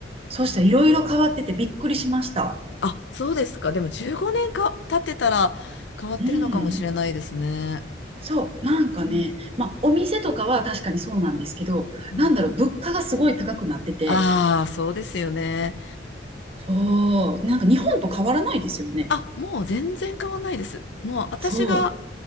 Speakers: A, on the right (about 30°); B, on the left (about 70°).
A: そうしたらいろいろ変わっててびっくりしました。
B: あ、そうですか。でも15年か経ってたら変わってるのかもしれないですね。
A: うん。そう、なんかね、
B: うん、
A: まあ、お店とかは確かにそうなんですけど、
B: うん、
A: なんだろう、物価がすごい高くなってて、
B: ああ、そうですよね。
A: そう、なんか日本と変わらないですよね。
B: あ、もう全然変わんないです。もう私が
A: そ